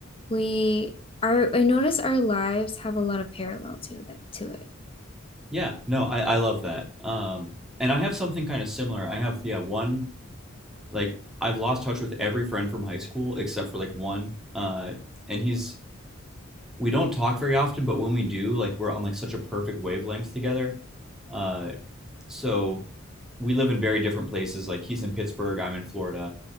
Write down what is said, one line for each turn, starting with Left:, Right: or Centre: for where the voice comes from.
Left: We are. I notice our lives have a lot of parallel to that to it.
Centre: Yeah, no, I, I love that. Um, and I have something kind of similar. I have, yeah, one, like, I've lost touch with every friend from high school except for like one. Uh, and he's, we don't talk very often, but when we do, like, we're on like such a perfect wavelength together. Uh, so we live in very different places. Like, he's in Pittsburgh, I'm in Florida.